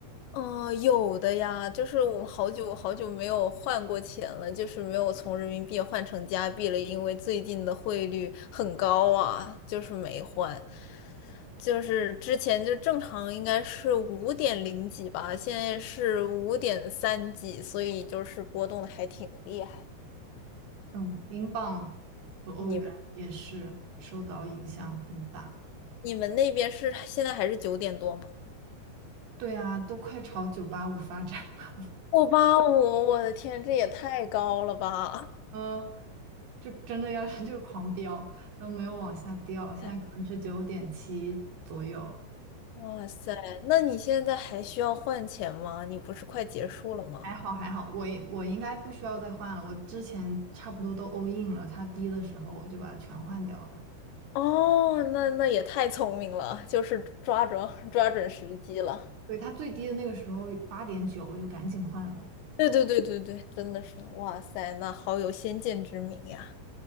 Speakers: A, on the left; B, on the right.
A: 哦，有的呀，就是我们好久好久没有换过钱了，就是没有从人民币换成加币了，因为最近的汇率很高啊，就是没换。就是之前就正常应该是五点零几吧，现在是五点三几，所以就是波动的还挺厉害。
B: 嗯，英镑和欧元也是受到影响很大。
A: 你们你们那边是现在还是九点多吗？
B: 对啊，都快朝九八五发展，<laughs>
A: 我八五，我的天，这也太高了吧！
B: 嗯，就真的要 <laughs> 是就狂飙，都没有往下掉，现在可能是九点七左右，
A: <laughs> 哇塞，那你现在还需要换钱吗？你不是快结束了吗？
B: 还好还好，我我应该不需要再换了，我之前差不多都 all in 了，它低的时候我就把它全换掉了。
A: 哦，那那也太聪明了，就是抓准 <laughs> 抓准时机了。
B: 对，它最低的那个时候八点九，我就赶紧换了。
A: 对对对对对，真的是，哇塞，那好有先见之明呀。